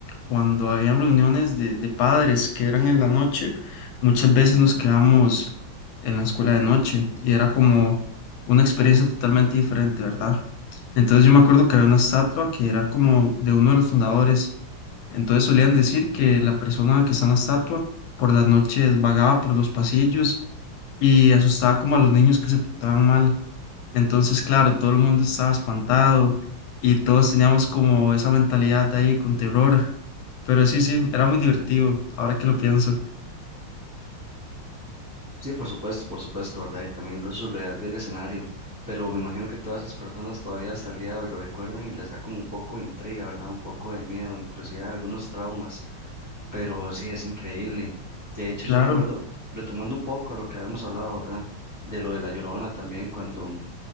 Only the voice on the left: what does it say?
cuando habían reuniones de, de padres que eran en la noche, muchas veces nos quedamos en la escuela de noche y era como una experiencia totalmente diferente, ¿verdad? Entonces yo me acuerdo que había una estatua que era como de uno de los fundadores. Entonces solían decir que la persona que está en la estatua por las noches vagaba por los pasillos y asustaba como a los niños que se portaban mal. Entonces, claro, todo el mundo estaba espantado y todos teníamos como esa mentalidad ahí con terror. Pero sí, sí, era muy divertido, ahora que lo pienso.
Claro,